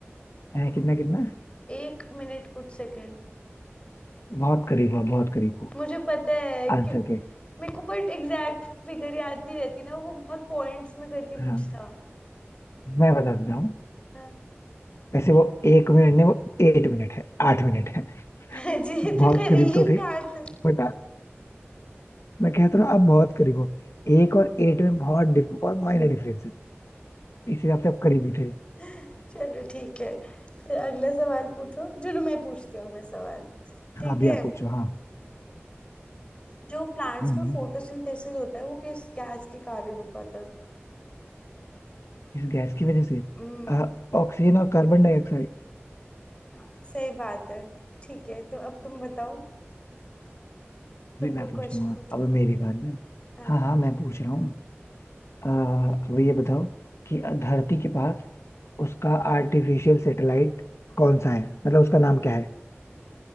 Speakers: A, on the left; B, on the left.
A: हैं, कितना कितना
B: एक मिनट कुछ सेकंड
A: बहुत करीब हो बहुत करीब हो
B: मुझे पता है
A: आंसर
B: क्यों
A: के
B: मेरे को बट एग्जैक्ट फिगर याद नहीं रहती ना वो बहुत पॉइंट्स में करके
A: हाँ
B: कुछ था
A: मैं बता देता हूँ
B: हाँ
A: वैसे वो एक मिनट नहीं वो एट मिनट है आठ मिनट है
B: <laughs> जी ये
A: बहुत
B: तो करीब
A: करीब तो थे
B: कहाँ से
A: बट मैं कहता हूँ आप बहुत करीब हो एक और एट में बहुत डिफ, बहुत माइनर डिफरेंस है इस हिसाब से आप करीब ही थे
B: <laughs> चलो ठीक है फिर अगला सवाल पूछो चलो मैं पूछती हूँ अगला सवाल
A: हाँ
B: ठीक
A: अभी
B: है
A: आप पूछो हाँ
B: जो प्लांट्स
A: हम्म,
B: में फोटोसिंथेसिस
A: हम्म।
B: होता है वो किस गैस के कारण हो पाता है
A: इस गैस की वजह से
B: हम्म
A: अ, ऑक्सीजन और कार्बन डाइऑक्साइड
B: हाँ सही बात है ठीक है तो अब तुम बताओ तुम
A: भी मैं
B: कोई
A: पूछ
B: क्वेश्चन
A: लूंगा
B: पूछो
A: अब मेरी बात ना
B: हाँ
A: हाँ हाँ मैं पूछ रहा हूँ अ, अब ये बताओ कि धरती के पास उसका आर्टिफिशियल सैटेलाइट कौन सा है मतलब उसका नाम क्या है